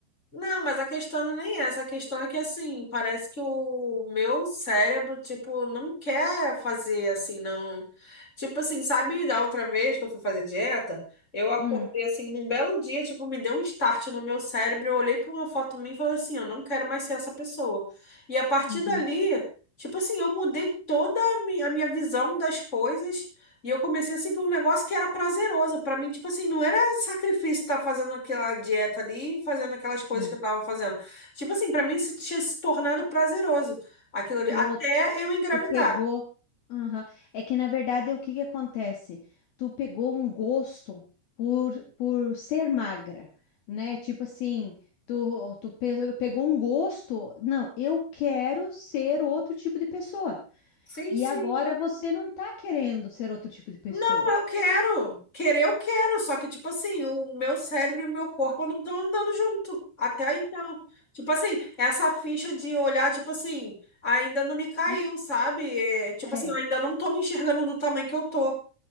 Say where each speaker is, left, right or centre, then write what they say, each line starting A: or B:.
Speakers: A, on the left; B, on the left.
A: Não, mas a questão não é nem essa. A questão é que, assim, parece que o meu cérebro, tipo, não quer fazer, assim, não. Tipo assim, sabe, da outra vez que eu fui fazer dieta, eu acordei,
B: Hum,
A: assim, num belo dia, tipo, me deu um start no meu cérebro. Eu olhei pra uma foto minha e falei assim: eu não quero mais ser essa pessoa. E a partir
B: uhum,
A: dali, tipo assim, eu mudei toda a mi- a minha visão das coisas. E eu comecei a seguir um negócio que era prazeroso. Pra mim, tipo assim, não era sacrifício estar fazendo aquela dieta ali, fazendo aquelas coisas
B: sim.
A: que eu tava fazendo. Tipo assim, pra mim isso tinha se tornado prazeroso, aquilo ali,
B: Tu
A: até eu engravidar.
B: Tu pegou. Aham. É que, na verdade, o que que acontece? Tu pegou um gosto por, por ser magra, né? Tipo assim, tu, tu pe- pegou um gosto. Não, eu quero ser outro tipo de pessoa.
A: Sim,
B: E
A: sim.
B: agora você não tá querendo ser outro tipo de pessoa.
A: Não, eu quero. Querer eu quero, só que, tipo assim, o meu cérebro e o meu corpo não estão andando junto. Até então. Tipo assim, essa ficha de olhar, tipo assim, ainda não me caiu,
B: Não.
A: sabe? É, tipo assim,
B: É,
A: eu ainda não tô me enxergando do tamanho que eu tô.